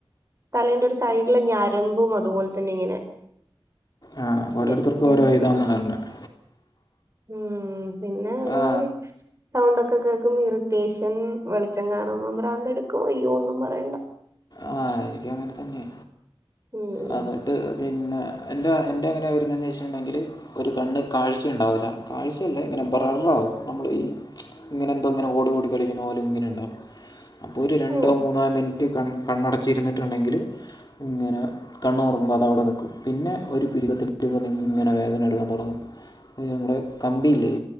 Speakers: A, on the right; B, on the left.
A: തലേന്റെ ഒരു സൈഡിലെ ഞരമ്പും അതുപോലെ തന്നെ ഇങ്ങനെ
B: ആ ഓരോരുത്തർക്കും
A: ഞെ ഞെട്ടന്നോളിൻ
B: ഓരോ ഇതാന്ന് പറഞ്ഞത്
A: ഉം പിന്നെ ഒരുമാതിരി
B: ആ
A: സൗണ്ട് ഒക്ക് ഇത് കേൾക്കുമ്പം ഇറിറ്റേഷൻ വെളിച്ചം കാണുമ്പം പ്രാന്തെടുക്കും അയ്യോ ഒന്നും പറയണ്ട
B: ആ എനിക്കും അങ്ങനെ തന്നെയ
A: ഉം
B: അന്നിട്ട് പിന്നെ എൻ്റെ എൻ്റെ അങ്ങനെ വരുന്നേന്ന് വെച്ചിട്ടുണ്ടെങ്കില് ഒരു കണ്ണ് കാഴ്ച ഉണ്ടാവില്ല കാഴ്ചയല്ല ഇങ്ങനെ ബ്രററാ ആകും നമ്മൾ ഈ ഇങ്ങനെ എന്തോ ഇങ്ങനെ ഓടി ഓടി കളിക്കുന്ന പോലും ഇങ്ങനെ ഇണ്ടാകും അപ്പോ ഒരു രണ്ടോ
A: ഓ
B: മൂന്നോ മിനിറ്റ് കണ് കണ്ണടച്ചിരുന്നിട്ടുണ്ടെങ്കില് ഇങ്ങനെ കണ്ണുറക്കുമ്പോ അതവിടെ നിക്കും പിന്നെ ഒരു പിരുകത്തിൻ്റെ ഇവിടുന്ന് ഇങ്ങനെ വേദന എടുക്കാൻ തുടങ്ങും ഇനി നമ്മടെ കമ്പിയില്ലേ